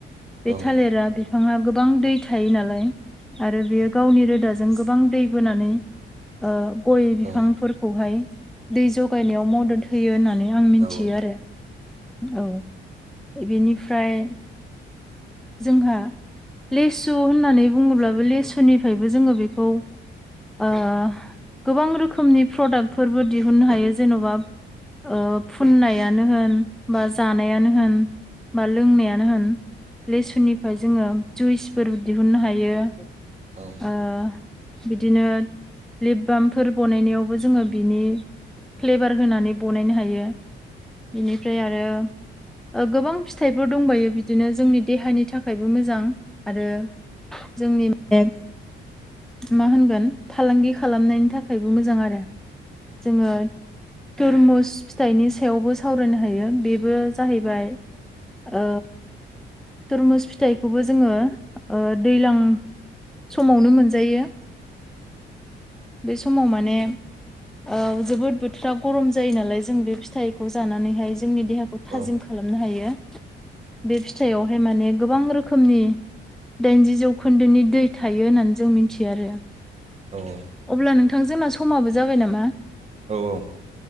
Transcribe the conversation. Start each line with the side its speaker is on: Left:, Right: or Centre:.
Right: औ
Centre: बे
Right: औ
Centre: थालिरा बिफाङा गोबां दै थायो नालाय आरो बेयो गावनि रोदाजों गोबां दै बोनानै ओ गय बिफांफोरख
Right: औ उम औ
Centre: खौहाय दै जगायनायाव मदद होयो होनना नै आं मिनथियो
Right: औ
Centre: आरो औ बेनिफ्राय जोंहा लेसु होननानै बुङोब्लाबो लेसुनिफ्रायबो जोङो बेखौ ओ गोबां रोखोमनि फ्रडाक्टफोरबो दिहुननो हायो जेन'बा ओ फुननायानो होन बा जानायानो होन बा लोंनायानो होन लेसुनिफाय जोङो जुइसफोर दिहुननो हायो
Right: औ
Centre: ओ बिदिनो लिप बामफोर बनायनायावबो जोङो बिनि फ्लेभार होनानै बनायनो हायो बिनिफ्राय आ आरो ओ गोबां फिथाइफोर दंबायो बिदिनो जोंनि देहानि थाखायबो मोजां आरो जोंनि बे मा होनगोन फालांगि खालामनायनि थाखायबो मोजां आरो जोङो तुरमुस फिथाइनि सायावबो सावरायनो हायो बेबो जाहैबाय ओ तुरमुस फिथाइखौबो जोङो ओ दैज्लां समावनो मोनजायो बे समाव माने औ जोबोद बोथोरा गरम जायो नालाय जों बे फिथाइखौ जानानैहाय जोंनि देहाखौ थाजिम
Right: औ
Centre: खालामनो हायो बे फिथाइयावहाय माने गोबां रोखोमनि दाइनजि जौखोन्दोनि दै थायो होननानै जों मिनथियो आरो
Right: औ औ
Centre: अब्ला नोंथां जोंना समाबो जाबाय नामा
Right: औ